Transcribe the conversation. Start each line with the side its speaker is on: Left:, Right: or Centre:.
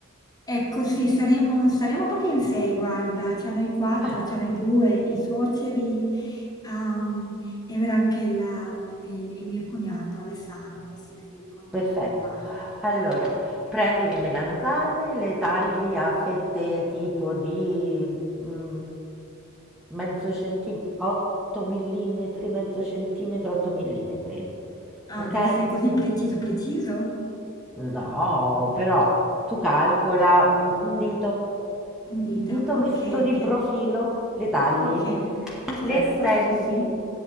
Left: Ecco sì, saremo saremo proprio in 6 guarda, cioè noi 4,
Centre: Ecco,
Left: cioè noi 2, i suoceri, uhm, e verrà anche la il il mio cognato Alessandro, sì, sì, con
Centre: perfetto.
Left: con la compagna.
Centre: Allora, prendi le melanzane, le tagli a fette tipo di mm, mezzo centimetro, 8 mm, mezzo centimetro, 8 mm,
Left: Ah,
Centre: ok?
Left: deve essere così preciso, preciso?
Centre: No, però tu calcola mm, un dito,
Left: Un dito,
Centre: dito visto
Left: okay,
Centre: di
Left: okay,
Centre: profilo, le tagli,
Left: okay, perfetto,
Centre: le stendi,
Left: sì, sì,